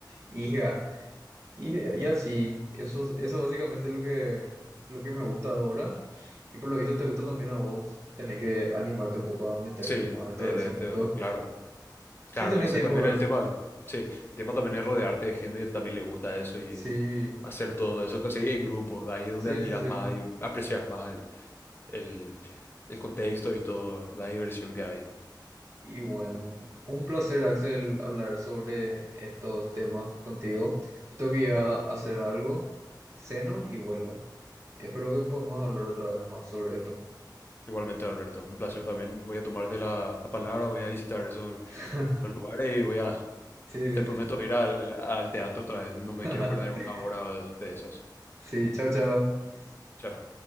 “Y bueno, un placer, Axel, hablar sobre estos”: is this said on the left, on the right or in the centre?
Right